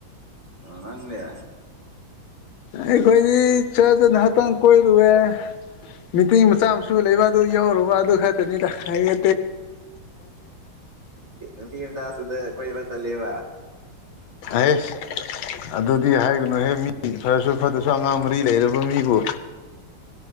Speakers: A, on the right; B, on the left.
A: ꯑ ꯅꯪ ꯂꯦ
B: ꯑꯩ ꯀꯣꯏ ꯆꯖ ꯍꯥꯇ ꯀꯣꯏꯔꯨꯋ ꯃꯤꯇꯤꯡ ꯃꯆꯥ ꯃꯁꯨ ꯂꯩꯕ ꯑꯗꯨ ꯌꯧꯔꯨꯕ ꯑꯗꯨ ꯈꯛꯇꯅꯤꯗ ꯍꯥꯏꯌꯦ
A: ꯑ ꯄꯤ ꯇ ꯁꯗ ꯀꯣꯏꯕ ꯆꯂꯦꯕ
B: ꯑꯁ ꯑꯗꯨꯗꯤ ꯍꯥꯏꯒꯅꯨꯍꯦ ꯃꯤ ꯐꯔꯁꯨ ꯐꯠꯇ꯭ꯔꯁꯨ ꯑꯉꯥꯡ ꯃꯔꯤ ꯂꯩꯔꯕ ꯃꯤꯕꯨ